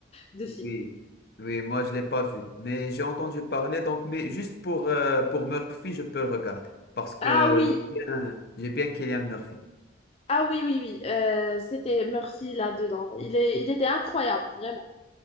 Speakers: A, on the left; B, on the left.
A: de
B: Oui.
A: film.
B: Oui, moi, je ne l'ai pas vu. Mais j'ai entendu parler, donc, mais juste pour, euh, pour Murphy, je peux le regarder. Parce que
A: Ah oui,
B: j'ai bien, j'ai bien Cillian Murphy.
A: ah oui, oui, oui, euh, c'était Murphy là-dedans. Il est, il était incroyable, vraiment.